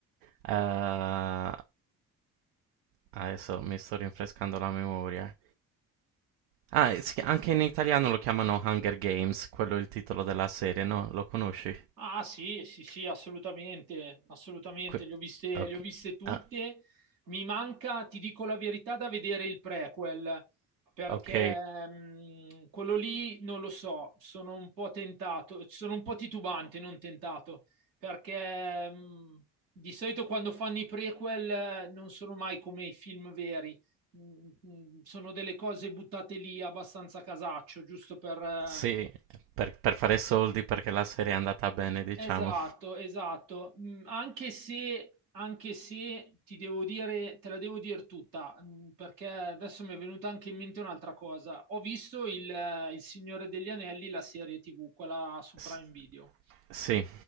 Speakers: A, on the right; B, on the right.
A: Eh, adesso mi sto rinfrescando la memoria. Ah, si chi- anche in italiano lo chiamano Hunger Games, quello è il titolo della serie, no? Lo conosci?
B: Ah sì, sì, sì, assolutamente, assolutamente,
A: Que-
B: le ho viste,
A: ok.
B: le ho viste tutte.
A: Ah,
B: Mi manca, ti dico la verità, da vedere il prequel, perché
A: ok.
B: mh, quello lì non lo so, sono un po' tentato, sono un po' titubante, non tentato, perché mh, di solito quando fanno i prequel eh, non sono mai come i film veri, Mh, mh, sono delle cose buttate lì abbastanza a casaccio, giusto per... eh,
A: Sì, per, per fare soldi perché la serie è andata bene, diciamo.
B: Esatto, esatto. Mm, Anche se, anche se ti devo dire, te la devo dire tutta, mm, perché adesso mi è venuta anche in mente un'altra cosa. Ho visto il, eh, il Signore degli Anelli, la serie TV, quella su Prime
A: S-
B: Video.
A: sì,